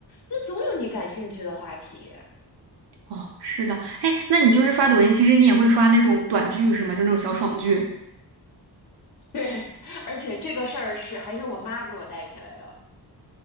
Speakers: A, on the left (about 50°); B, on the right (about 75°).
A: 那总有你感兴趣的话题。
B: 哦，是的，哎，那你就是刷抖音，其实你也会刷那种短剧是吗？就那种小爽剧。
A: 对，<laughs> 而且这个事儿是还是我妈给我带起来的。